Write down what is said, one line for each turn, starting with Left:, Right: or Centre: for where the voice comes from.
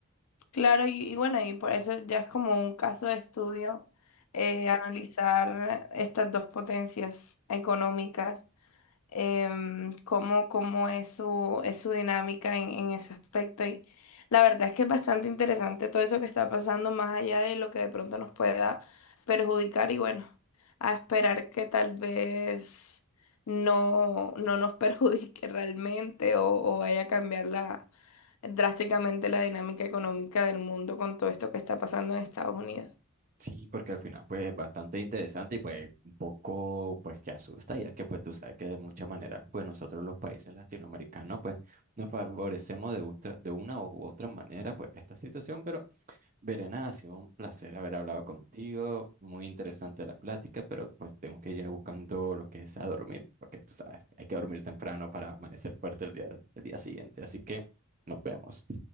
Left: Claro, y, y bueno, y por eso ya es como un caso de estudio eh, analizar estas dos potencias económicas em, cómo, cómo es su, es su dinámica en, en ese aspecto. Y la verdad es que es bastante interesante todo eso que está pasando, más allá de lo que de pronto nos pueda perjudicar. Y bueno, a esperar que tal vez no, no nos <laughs> perjudique realmente o, o vaya a cambiar la, drásticamente la dinámica económica del mundo con todo esto que está pasando en Estados Unidos.
Right: Sí, porque al final, pues, es bastante interesante y, pues, un poco, pues, que asusta, ya que, pues, tú sabes que de muchas maneras, pues, nosotros los países latinoamericanos, pues, nos favorecemos de, otra- de una u otra manera, pues, esta situación, pero Verena, ha sido un placer haber hablado contigo, muy interesante la plática, pero pues tengo que ir ya buscando lo que es a dormir, porque tú sabes, hay que dormir temprano para amanecer fuerte el día, el día siguiente, así que nos vemos.